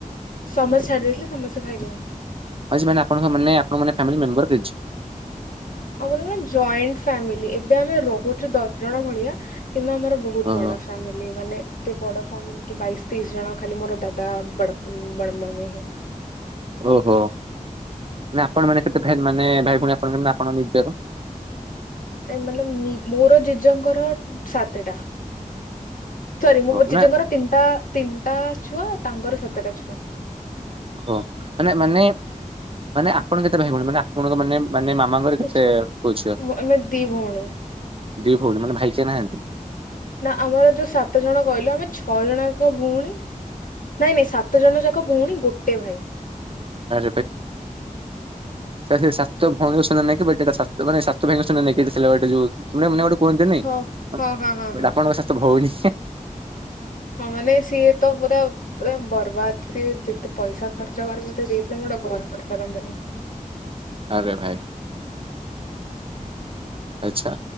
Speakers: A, on the left; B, on the right.
A: ସମସ୍ତେ ଛାଡି ଦେଇଥିଲେ ସମସ୍ତେ ଖାଇଲେଣି।
B: ଆଜି ମାନେ ଆପଣଙ୍କ ମାନେ ଆପଣମାନେ ଫ୍ୟାମିଲି ମେମ୍ବର ପିର୍ଜ୍
A: ଆମର ନା ଜଏଣ୍ଟ ଫ୍ୟାମିଲି ଏବେ ଆମେ ରହୁଛୁ ଦଶ ଜଣ ଭଳିଆ କିନ୍ତୁ ଆମର ବ ବହୁତ
B: ଓହୋ
A: ବଡ ଫ୍ୟାମିଲି ମାନେ ଏତେ ବଡ ଫ୍ୟାମିଲି କି ବାଇଶ୍ ତିଶ୍ ଜଣ ଖାଲି ମୋର ଦାଦା ବଡ୍-ବଡମମି ହିଁ।
B: ଓହୋ ମାନେ ଆପଣ ମାନେ କେତେ ଫେ-ମାନେ ଭାଇ ଭଉଣୀ ଆପଣ କେମତି ଆପଣ ନିଜର?
A: ଏ ମତଲବ ନି-ମୋର ଜେଜଙ୍କର ସାତେ ଟା। ସରି
B: ଓହୋ
A: ମୋ
B: ମାନେ
A: ଜେଜଙ୍କର ତିନିଟା ତିନିଟା ଛୁଆ ତାଙ୍କର ସାତଟା ଛୁଆ।
B: ହଁ ମାନେ ମାନେ ମାନେ ଆପଣ କେତେ ଭାଇ ଭଉଣୀ ମାନେ ଆପଣଙ୍କ ମାନେ ମାନେ ମାମାଙ୍କର
A: ଆଛା
B: କେତେ ପୁଅ ଝିଅ?
A: ଆମେ ଦି ଭଉଣୀ
B: ଦି ଭଉଣୀ ମାନେ ଭାଇ କିଏ ନାହାନ୍ତି।
A: ନା ଆମର ଯୋଉ ସାତ ଜଣ କହିଲ ଆମେ ଛଅଜଣ ଯାକ ଭଉଣୀ ନାଇଁ ନାଇଁ ସାତ ଜଣ ଯାକ ଭଉଣୀ ଗୋଟେ ଭାଇ।
B: <inaudible> ସେ ସେ ସାତ ଭଉନୀଙ୍କ ସୁନାନାକି ବଟଟାେ ସାତ ଭାଇଙ୍କ ସୁନାନାକି ଥିଲା ବଟେ ଯୋଉ ମନେ ଗୋଟେ କୁହନ୍ତି ନାଇଁ
A: ହଁ ହଁ ହଁ ହଁ
B: ଗୋଟେ
A: ହଁ।
B: ଆପଣଙ୍କ ସାତ ଭଉନୀ।
A: ହଁ ମାନେ ସିଏ ତ ପୁରା ତ ବର୍ବାଦ ସ ଯେତେ ପଇସା ଖର୍ଚ୍ଚ କରିରେ ମୋତେ ଦେଇଥିଲେ ମୁଁ ଗୋଟେ ଘର କରିସାରନ୍ତିନି।
B: ଆରେ ଭାଇ। ଆଚ୍ଛା